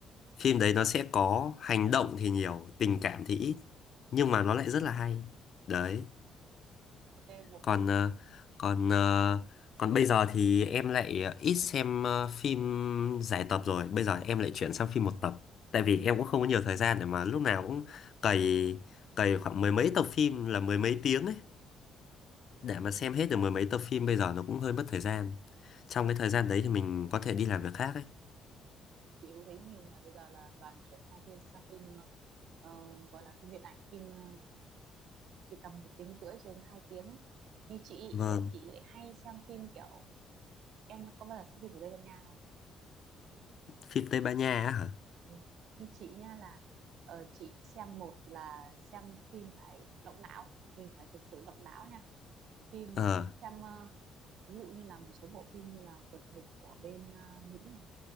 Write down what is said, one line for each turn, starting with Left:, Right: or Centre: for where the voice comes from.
Left: Phim đấy nó sẽ có hành động thì nhiều Tình cảm thì ít Nhưng mà nó lại rất là hay Đấy
Right: ok bộ
Left: còn
Right: phim
Left: ờ, còn ờ, còn bây giờ thì em lại ờ, ít xem ờ, phim dài tập rồi bây giờ em lại chuyển sang phim một tập tại vì em cũng không có nhiều thời gian để mà lúc nào cũng cày cày khoảng mười mấy tập phim là mười mấy tiếng ấy để mà xem hết được mười mấy tập phim bây giờ nó cũng hơi mất thời gian trong cái thời gian đấy thì mình có thể đi làm việc khác ấy
Right: chị cũng thấy nhiều người bây giờ là toàn chuyển sang phim sang phim ờ, gọi là phim điện ảnh phim ờ, chỉ tầm một tiếng rưỡi cho đến hai tiếng ấy như chị
Left: vâng
Right: là chị lại hay xem phim kiểu em có bao giờ xem phim của Tây Ban Nha không?
Left: phim Tây Ban Nha á hả
Right: Ừ. Như chị nha là ờ, chị xem một là xem phim phải động não mình phải thực sự động não nha phim
Left: ờ
Right: mà em xem ờ, ví dụ như là một số bộ phim như là Vượt Ngục của bên ờ, Mỹ này